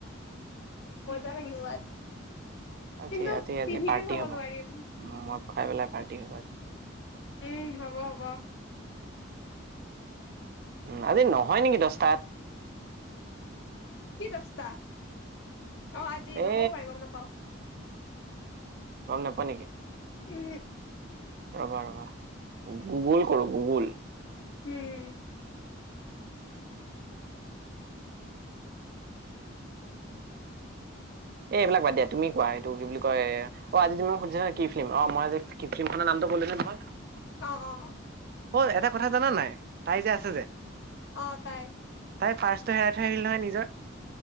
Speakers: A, on the left; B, on the right.
A: মজা লাগিব আজি।
B: আজি,
A: কিন্তু
B: আজি,
A: টিভিতে
B: আজি পাৰ্টি
A: চাব
B: হ'ব।
A: নোৱাৰিম
B: মদ খুৱাই পেলাই পাৰ্টি হ'ব আজি।
A: উম, হ'ব হ'ব।
B: উম, আজি নহয় নেকি দছটাত।
A: কি দছটা? অ আজি
B: এ
A: নহ'ব পাৰে গম নাপাওঁ।
B: গম নাপা নেকি?
A: উম, হ।
B: ৰবা ৰবা। গুগুল কৰো গুগুল।
A: হম।
B: এ এইবিলাক বাদ দিয়া তুমি কোৱা এইটো কি বুলি কয়, অ আজি তুমি মোক সুধিছা কি ফিল্ম অ মই আজি কি ফিল্মখনৰ নাম <unintelligible>
A: অ', অ'।
B: অই এটা কথা জানা নাই তাই যে আছে যে
A: অ তাই
B: তাই কাৰ্ছটো হেৰাই থৈ আহিল নহয় নিজৰ।